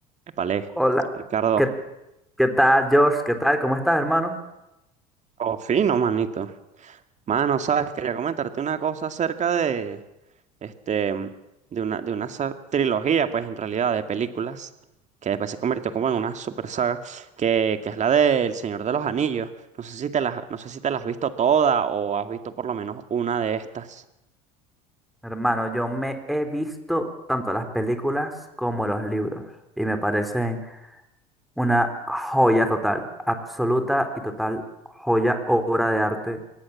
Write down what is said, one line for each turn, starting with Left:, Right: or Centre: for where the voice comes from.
Right: Épale,
Centre: Hola,
Right: Ricardo,
Centre: ¿qué, qué tal, Josh? ¿Qué tal? ¿Cómo estás, hermano?
Right: oh, fino, manito. Mano, sabes, quería comentarte una cosa acerca de, este, de una, de una sa- trilogía, pues, en realidad, de películas, que después se convirtió como en una super saga, que, que es la del Señor de los Anillos. No sé si te las, no sé si te las has visto todas o has visto por lo menos una de estas.
Centre: Hermano, yo me he visto tanto las películas como los libros y me parecen una joya total, absoluta y total joya, obra de arte